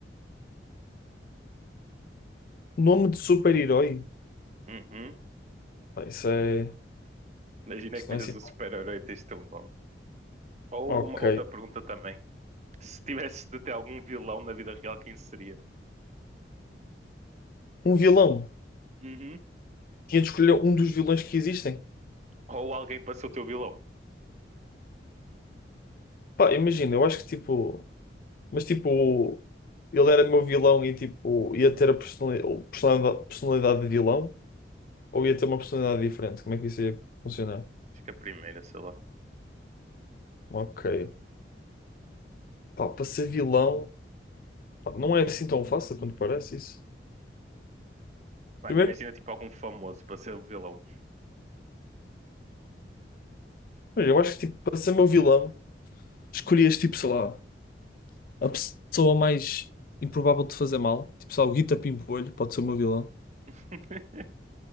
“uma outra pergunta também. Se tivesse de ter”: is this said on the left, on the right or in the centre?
Right